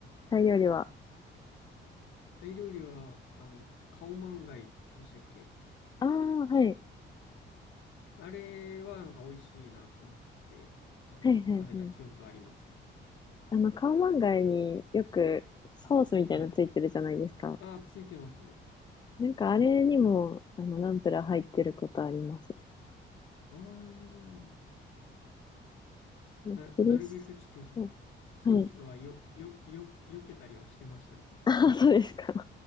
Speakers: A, on the left (about 20°); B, on the left (about 75°).
A: タイ料理は。
B: タイ料理は、あの、カオマンガイでしたっけ
A: ああ、はい、
B: あれはなんか美味しいなって思って、あの、
A: はい、
B: 食べた記憶ありますね。
A: はい、はい。あの、カオマンガイによくソースみたいなのついてるじゃないですか。
B: はい。あ、ついてますね。
A: なんかあれにも、あの、ナンプラー入ってることあります
B: あー、
A: ね。
B: な、
A: チリソ
B: なるべくちょっと
A: ース、
B: ソースはよ、
A: はい。
B: よ、よ、避けたりはしてましたね。
A: ああ、そうですか。